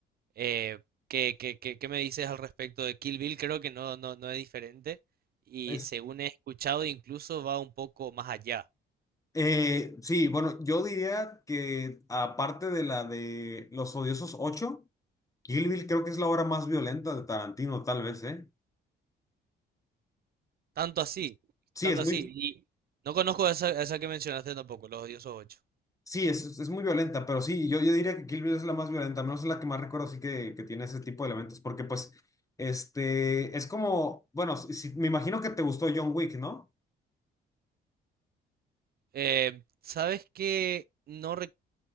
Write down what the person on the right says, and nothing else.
eh, ¿qué, qué- qué- qué me dices al respecto de Kill Bill? Creo que no, no, no es diferente y
según he escuchado incluso va un poco más allá.
Tanto así,
tanto
así.
Y no conozco esa, esa que mencionaste tampoco, Los Odiosos 8.
Eh, ¿sabes qué? No rec-